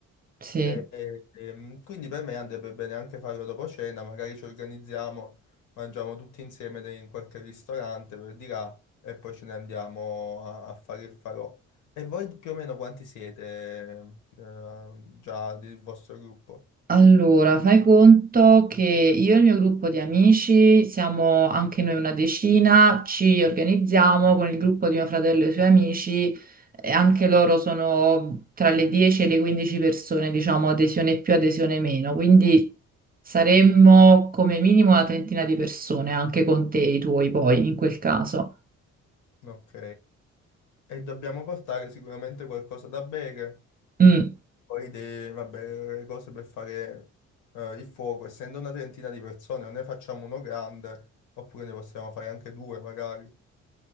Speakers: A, on the right; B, on the left.
A: sì.
B: E- e- ehm, quindi per me andrebbe bene anche farlo dopo cena, magari ci organizziamo, mangiamo tutti insieme de- in qualche ristorante per di là e poi ce ne andiamo a, a fare il farò. E voi più o meno quanti siete, eh, già del vostro gruppo?
A: Allora, fai conto che io e il mio gruppo di amici siamo anche noi una decina, ci organizziamo con il gruppo di mio fratello e i suoi amici, e anche loro sono tra le 10 e le 15 persone, diciamo, adesione più, adesione meno, quindi saremmo come minimo una trentina di persone, anche con te e i tuoi poi, in quel caso.
B: Ok. E dobbiamo portare sicuramente qualcosa da bere,
A: Mm.
B: poi de- vabbè, le cose per fare eh, il fuoco. Essendo una trentina di persone, o ne facciamo uno grande, oppure ne possiamo fare anche due magari.